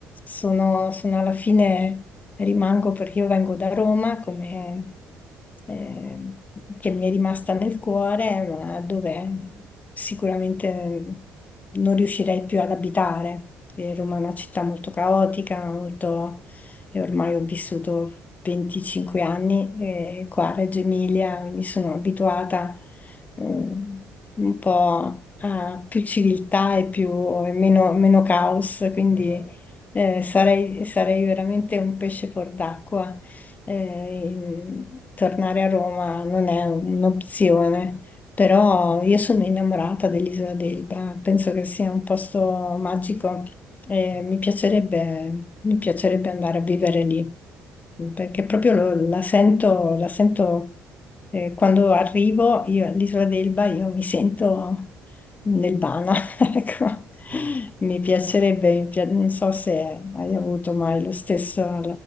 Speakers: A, on the left; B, on the right.
A: Sono, sono alla fine rimango perché io vengo da Roma, come, eh, che mi è rimasta nel cuore, ma dove sicuramente non riuscirei più ad abitare. Eh, Roma è una città molto caotica, molto... e ormai ho vissuto 25 anni eh, qua a Reggio Emilia, quindi sono abituata mm, un po' a più civiltà e più, e meno, meno caos, quindi
B: Esatto,
A: eh,
B: esatto.
A: sarei, sarei veramente un pesce fuor d'acqua.
B: vero.
A: Eh, tornare a Roma non è un'opzione, però io sono innamorata dell'isola d'Elba, penso che sia un posto magico e
B: Mm.
A: mi piacerebbe, mi piacerebbe andare a vivere lì,
B: Mm.
A: perché proprio lo- la sento, la sento, eh, quando arrivo io all'isola d'Elba, io mi sento nel <laughs> Ecco,
B: Sì, sì,
A: mi
B: sì.
A: piacerebbe, mi pia- non so se hai avuto mai lo stesso-